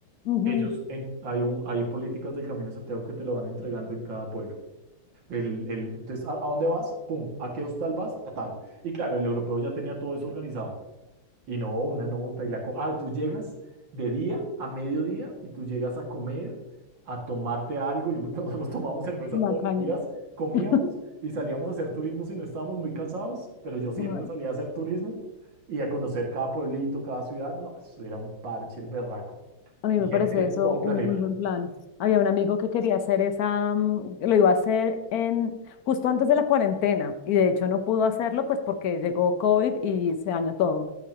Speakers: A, on the left; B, on the right.
A: Ujú,
B: ellos, en- hay, un, hay políticas del Camino de Santiago que te lo van entregando en cada pueblo. El, el- entonces, ¿a, a dónde vas? Pum, ¿a qué hostal vas? A tal. Y claro, el europeo ya tenía todo eso organizado. Y no, una nota y la... co- Ah, tú llegas de día a mediodía y tú llegas a comer, a tomarte algo. Yo- <laughs> nosotros tomábamos cerveza
A: La
B: todos
A: caña.
B: los días, comíamos
A: <laughs>
B: y salíamos a hacer turismo si no estábamos muy cansados, pero yo siempre
A: Ay,
B: salía a hacer turismo y a conocer cada pueblito, cada ciudad. No, eso era un parche el berraco.
A: a mí
B: Y
A: me
B: gente
A: parece
B: de
A: eso
B: todo
A: un
B: el planeta.
A: muy buen plan. Había un amigo que quería hacer esa, mm, lo iba a hacer en justo antes de la cuarentena y de hecho no pudo hacerlo pues porque llegó COVID y se dañó todo.